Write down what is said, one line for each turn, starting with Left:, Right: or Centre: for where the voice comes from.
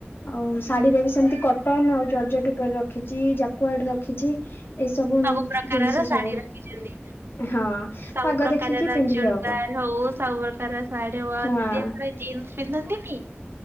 Left: ଆଉ ଶାଢୀରେ ବି ସେମିତି କଟନ ଆଉ ଜର୍ଜେଟ ଉପରେ ରଖିଛି ଜାକୁଆଡ ରଖିଛି। ଏଇସବୁ
Right: ସବୁ ପ୍ରକାରର
Left: ଜିନିଷ
Right: ଶାଢୀ
Left: ସବୁ
Right: ରଖିଛନ୍ତି।
Left: ହଁ
Right: ସବୁ
Left: ପାଗ
Right: ପ୍ରକାର
Left: ଦେଖିକି
Right: ର
Left: ପିନ୍ଧି
Right: ଚୁଡିଦାର
Left: ହବ
Right: ହଉ ସବୁ ପ୍ରକାର ସାଢି ହଉ
Left: ହଁ।
Right: ଦିଦି ଆପଣ ଜିନସ୍ ପ ପିନ୍ଧନ୍ତିିନି